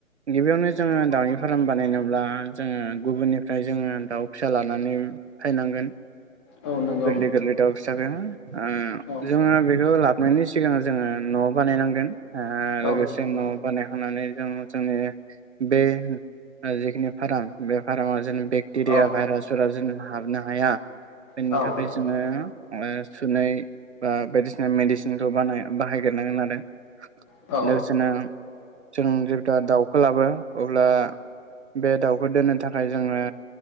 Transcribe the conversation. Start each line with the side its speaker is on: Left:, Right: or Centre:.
Right: गिबियावनो जोङो दाउनि फार्म बानायनोब्ला जोङो गुबुननिफ्राय जोङो दाउ फिसा लानानै फायनांगोन।
Left: औ नंगौ
Right: गोरलै गोरलै दाउ <unintelligible> ओ
Left: औ
Right: जोङो बेखौ लाब नायनि सिगां जोङो न'आव बानायनांगोन। ओ लोगोसे
Left: औ नंगौ
Right: न' बानायखानानै जों जोंनि बे ओ जिखिनि फार्म बे फार्मा जोंनि बे क्टेरिया
Left: औ
Right: भाइरासफोरा
Left: औ
Right: जोंनो हाबनो हाया। बेनि
Left: औ औ
Right: थाखाय जोङो ओ सुनै बा बायदिसिना मेडिसिनखौ बानाय बाहायग्रोनांगोन आरो।
Left: औ
Right: दसेनो जों जेब्ला दाउखौ लाबो अब्ला बे दाउखौ दोननो थाखाय जोङो